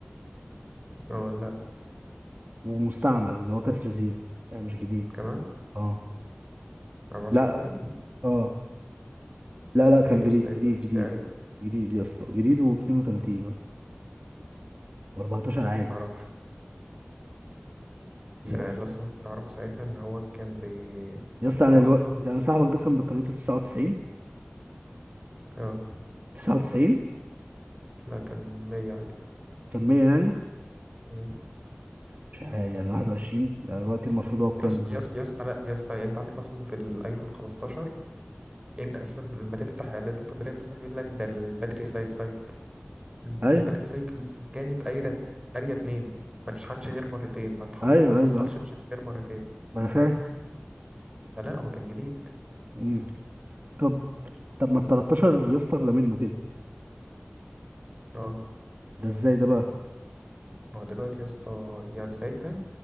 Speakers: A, on the right (about 20°); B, on the right (about 45°).
A: اه لا
B: ومستعمل اللي هو كسر زيرو يعني مش جديد
A: كمان
B: اه
A: 14
B: لا
A: عادي
B: اه لا
A: مستحيل
B: لا كان جديد
A: يا اسطى يبقى
B: جديد
A: بالسعر
B: جديد جديد
A: ده
B: جديد يا اسطى جديد و 32 و14 عادي
A: ما اعرفش بس
B: يا
A: لا،
B: اسطى
A: اللي اصلا كنت اعرفه ساعتها ان هو كان بي إن
B: يا اسطى انا
A: هو
B: الوقت
A: خم...
B: يعني صاحبك ده كان بطاريته 99
A: اه
B: 99
A: لا كان 100 عادي
B: كان 100 يعني
A: مم.
B: مش عارف يعني 21 يعني الوقت المفروض هو بكام
A: يا اسطى
B: دلوقتي
A: يا اسطى يا اسطى لا يا اسطى يعني انت عندك اصلا في الايفون 15 انت اساسا لما تفتح اعدادات البطاريه نفسها بيقول لك ده الباتري ساي سايكل
B: ايوه
A: الباتري سايكل أصلاً كانت قايره قاريه اتنين ما تشحنش غير مرتين ما تحط
B: ايوه
A: ما توصلش
B: ايوه أيوه.
A: بشحن غير مرتين
B: ما انا فاهم
A: فلا هو كان جديد
B: امم طب طب ما ال 13 يا اسطى اغلى منه كده
A: اه
B: ده ازاي ده بقى
A: ما هو دلوقتي يا اسطى يعني ساعتها